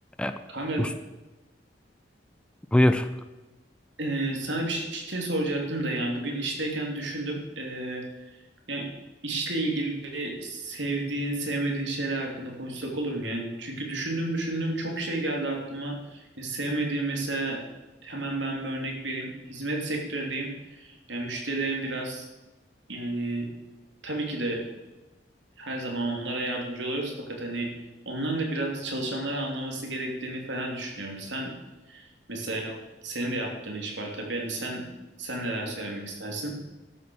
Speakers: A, in the centre; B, on the right.
A: E,
B: Kanka
A: ust- buyur.
B: e, sana bir şey soracaktım da yani bugün işteyken düşündüm. E, yani işle ilgili sevdiğin, sevmediğin şeyler hakkında konuşsak olur mu? Yani çünkü düşündüm düşündüm çok şey geldi aklıma. E, sevmediğim mesela hemen ben bir örnek vereyim. Hizmet sektöründeyim. Yani müşterilerim biraz yani tabii ki de her zaman onlara yardımcı oluyoruz fakat hani onların da biraz çalışanları anlaması gerektiğini falan düşünüyorum. Sen Mesela yap, senin de yaptığın iş var tabii. Yani sen sen neler söylemek istersin?